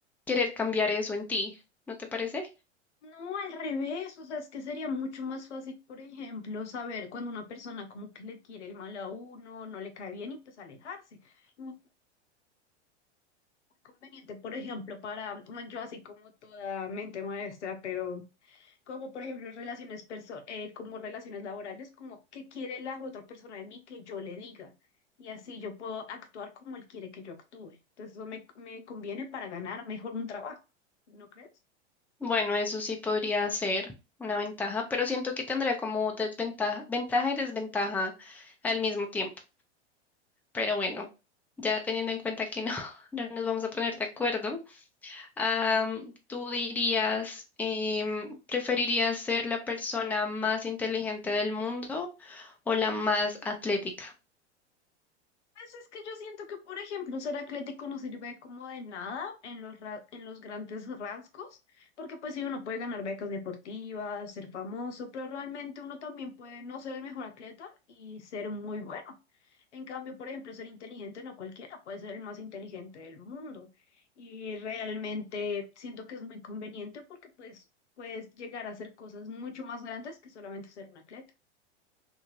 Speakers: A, in the centre; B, on the left.
A: querer cambiar eso en ti, ¿no te parece?
B: No, al revés, o sea, es que sería mucho más fácil, por ejemplo, saber cuando una persona como que le quiere el mal a uno, no le cae bien y pues alejarse. Y Muy conveniente, por ejemplo, para bueno, yo así como toda mente maestra, pero como por ejemplo relaciones perso eh, como relaciones laborales, como que quiere la otra persona de mí que yo le diga y así yo puedo actuar como él quiere que yo actúe. Entonces eso me, me conviene para ganar mejor un trabajo, ¿no crees?
A: Bueno, eso sí podría ser una ventaja, pero siento que tendría como desventaja, ventaja y desventaja al mismo tiempo. Pero bueno, ya teniendo en cuenta que no, <laughs> no nos vamos a poner de acuerdo, am, ¿tú dirías, em, preferirías ser la persona más inteligente del mundo o la más atlética?
B: Pues es que yo siento que, por ejemplo, ser atlético no sirve como de nada en los, ra- en los grandes rasgos, porque pues sí, uno puede ganar becas deportivas, ser famoso, pero realmente uno también puede no ser el mejor atleta y ser muy bueno. En cambio, por ejemplo, ser inteligente no cualquiera, puede ser el más inteligente del mundo. Y realmente siento que es muy conveniente porque pues puedes llegar a hacer cosas mucho más grandes que solamente ser un atleta.